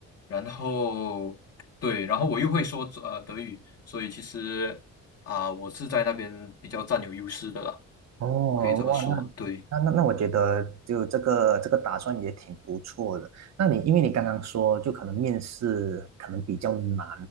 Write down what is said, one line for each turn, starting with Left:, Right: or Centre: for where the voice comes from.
Left: 然后对，然后我又会说呃德语，所以其实啊、我是在那边比较占有优势的啦，
Right: 哦，
Left: 我可以这么说，
Right: 哇，那
Left: 对。
Right: 那那那，我觉得就这个这个打算也挺不错的。那你因为你刚刚说，就可能面试可能比较难